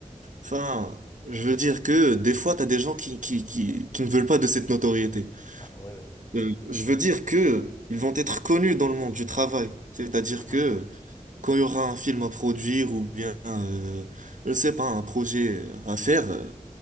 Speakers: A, on the right (about 75°); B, on the left (about 30°).
A: enfin, je veux dire que des fois, t'as des gens qui, qui, qui, qui ne veulent pas de cette notoriété.
B: ah, ouais, ouais.
A: Euh, je veux dire que ils vont être connus dans le monde du travail. C'est-à-dire
B: Mhm.
A: que quand il y aura un film à produire ou bien, euh, je ne sais pas, un projet à faire, euh,